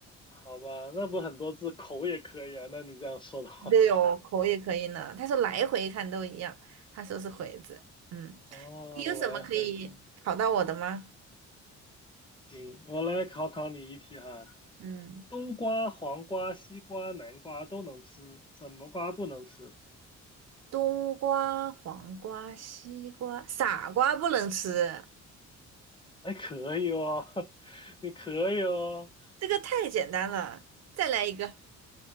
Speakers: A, on the left; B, on the right.
A: 好吧，那不很多字口也可以啊。那你这样说的话，
B: 对哦，口也可以呢。他说来回看都一样，他说是回字。嗯，
A: 哦，
B: 你有什么可以考到我的吗？
A: 来回看，行，我来考考你一题哈。
B: 嗯，
A: 冬瓜、黄瓜、西瓜、南瓜都能吃，什么瓜不能吃？
B: 冬瓜、黄瓜、西瓜，傻瓜不能吃。
A: 哎，可以哦，<laughs> 你可以哦。
B: 这个太简单了，再来一个，